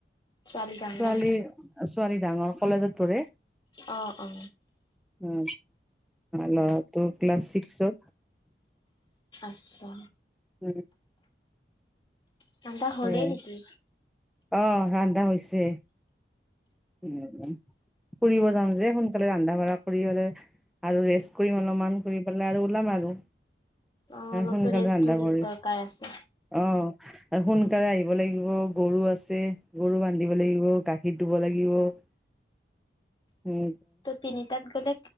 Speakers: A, on the left; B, in the centre.
A: ছোৱালী ডাঙৰ
B: ছোৱালী-ছোৱালী ডাঙৰ কলেজত পঢ়ে।
A: অ, অ
B: ও ল'ৰাটো ক্লাছ ছিক্সত।
A: আচ্ছা
B: ও
A: ঠাণ্ডা হ'লেই
B: পৰে
A: নেকি?
B: অ ৰন্ধা হৈছে। উ' ফুৰিব যাম যে, সোনকালে ৰন্ধা-বঢ়া কৰি হলে আৰু ৰেষ্ট কৰিম অলপমান কৰি পেলাই আৰু ওলাম আৰু।
A: অ অলপতো
B: সোনকালে
A: ৰেষ্টটো
B: ৰান্ধা কৰিম
A: দৰকাৰ আছে
B: অহ আৰু সোনকালে আহিব লাগি গৰু আছে, গৰু বান্ধিব লাগিব, গাখীৰ ধুব লা গিব উম
A: ত' তিনিটাত গ'লে,